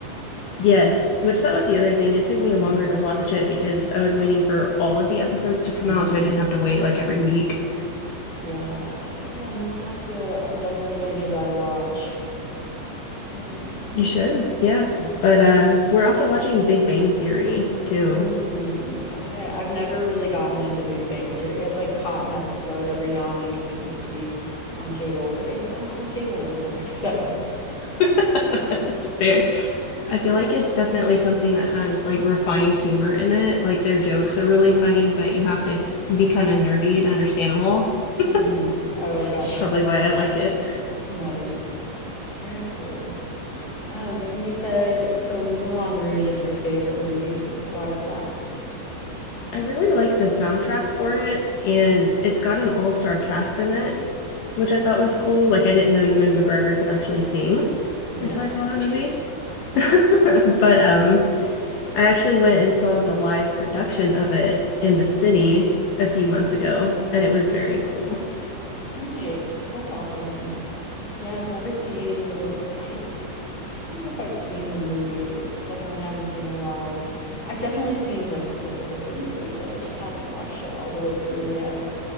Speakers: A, on the left (about 85°); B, on the left (about 15°).
A: Yes, which that was the other thing. It took me
B: hmm
A: longer to watch it because I was waiting for all of the episodes to come
B: Mm,
A: out, so I didn't have to wait like every week.
B: yeah. Okay, I'm gonna have to, I'm definitely gonna give that a watch. Um, nice.
A: You should, yeah.
B: Yeah.
A: But um, we're also watching Big Bang Theory too.
B: Mm, okay. I've never really gotten into Big Bang Theory. I've like caught an episode every now and then because it used to be on cable, but I don't have cable anymore, <laughs> so
A: <laughs>
B: yeah.
A: That's fair. I feel
B: Yeah.
A: like it's definitely something that has like refined humor in it. Like their jokes are really funny, but you have to be kind of nerdy to understand them all, which
B: Mm-hmm. Oh, gotcha.
A: is probably
B: <laughs>
A: why I like it.
B: Nice. Very cool. Um, and you said so Moulin Rouge is your favorite movie. Why is that?
A: I really like the soundtrack for it, and it's got an all-star cast in it, which I thought
B: Mhm.
A: was cool. Like I didn't know Ewan McGregor could actually sing
B: Yeah.
A: until I saw that
B: <laughs>
A: movie. <laughs> But um I actually went and saw the live production of it in the city a few months ago, and it was very cool.
B: Nice. That's awesome. Yeah, I've never seen Moulin. I I don't know if I've seen the movie. I definitely haven't seen it live. I've definitely seen like clips of the movie, but I just haven't watched it all the way through yet.